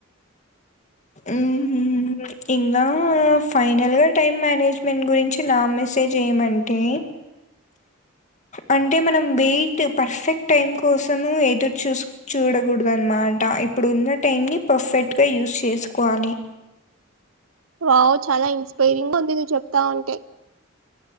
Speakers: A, on the left; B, on the right.
A: ఊహూ ఇంగా ఫైనల్గా టైం మేనేజ్మెంట్ గురించి నా మెసేజ్ ఏమంటే అంటే మనం వెయిట్ పర్ఫెక్ట్ టైం కోసం ఎదురు చూస్ చూడకూడదు అనమాట ఇప్పుడు ఉన్న టైం ని పర్ఫెక్ట్ గా యూస్ చేసుకోవాలి
B: వావ్ చాలా ఇన్స్పైరింగ్ గా ఉంది నువ్వు చెప్తా ఉంటే